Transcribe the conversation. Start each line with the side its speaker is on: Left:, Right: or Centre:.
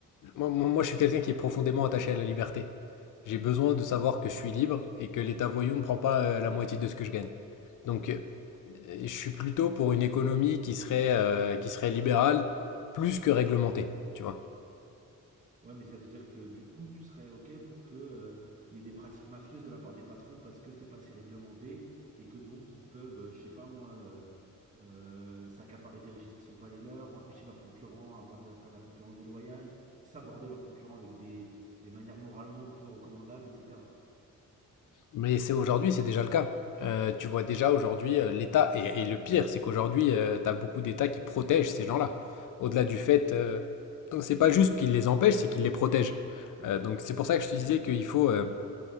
Left: Moi, moi- moi, je suis quelqu'un qui est profondément attaché à la liberté. J'ai besoin de savoir que je suis libre et que l'État voyou ne prend pas euh, la moitié de ce que je gagne. Donc, euh, je suis plutôt pour une économie qui serait, euh, qui serait libérale plus que réglementée, tu vois.
Right: Ouais, mais ça veut dire que du coup tu serais OK pour que euh, il y ait des pratiques mafieuses de la part des patrons parce que c'est pas assez réglementé et que donc ils peuvent, euh, je sais pas moi, euh, euh, s'accaparer des richesses qui sont pas les leurs, empêcher leurs concurrents, avoir de la- faire de la concurrence déloyale, s'aborder leurs concurrents avec des, des manières moralement peu recommandables, etc.
Left: Mais c'est aujourd'hui, c'est déjà le cas. Euh, tu vois déjà aujourd'hui euh, l'État, et, et le pire, c'est qu'aujourd'hui, tu as beaucoup d'États qui protègent ces gens-là. Au-delà du fait, euh, donc c'est pas juste qu'ils les empêchent, c'est qu'ils les protègent. Euh, donc c'est pour ça que je te disais qu'il faut, euh,